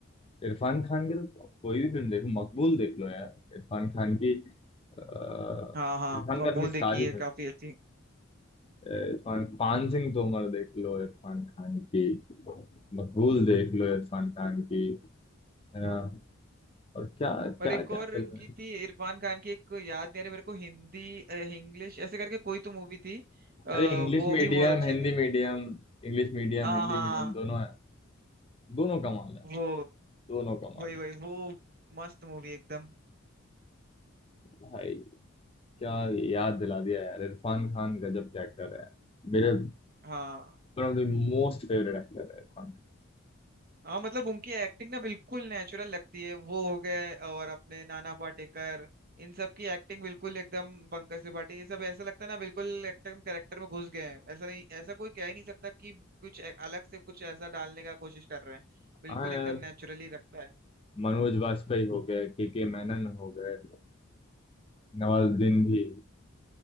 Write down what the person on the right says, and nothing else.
हाँ हाँ
मकबूल
देखी है
काफी अच्छी
और
एक
और
उनकी
थी इरफान खान की एक याद नहीं आ रही मेरे को हिंदी अ, इंग्लिश ऐसे करके कोई तो मूवी थी आ,
वो
भी बहुत अच्छी
थी
हाँ
हाँ हाँ
वो
वही
वही वो मस्त मूवी एकदम
हाँ
हाँ मतलब उनकी एक्टिंग ना बिल्कुल नेचुरल लगती है वो हो गए और अपने नाना पाटेकर इन सब की एक्टिंग बिल्कुल एकदम पंकज त्रिपाठी ये सब ऐसा लगता है ना बिल्कुल एकदम कैरेक्टर में घुस गए हैं ऐसा नहीं ऐसा कोई कह ही नहीं सकता कि कुछ ए- अलग से कुछ ऐसा डालने का कोशिश कर रहे हैं बिल्कुल
एकदम नेचुरली रखता है